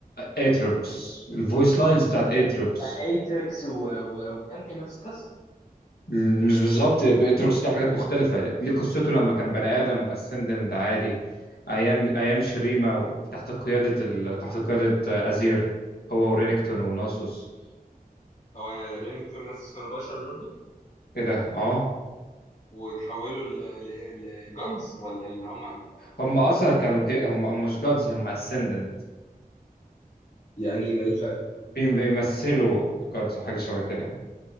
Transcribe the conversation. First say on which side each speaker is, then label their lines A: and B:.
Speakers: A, on the left (about 85°); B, on the left (about 50°).
A: اتروكس الفويس لاينز بتاعت اتروكس
B: مع ايتريكس و... و... وبانتين نفس القصه
A: مش بالظبط اتروكس ليه حاجات مختلفة ليه قصته لما كان بني ادم اسندنت عادي ايام ايام شريمة تحت قيادة ال... تحت قيادة ازير هو ورينكتون وناسوس
B: هو لان كتير ناس كانوا بشر برضو
A: ايه ده اه
B: وتحولوا لجادز ولا اللي هم ال...
A: هم اصلا كانوا دي هم هم مش جادز هم اسندنت
B: يعني يبقى ايه بقى الفرق
A: بيمثلوا جادز حاجه شبه كده يعني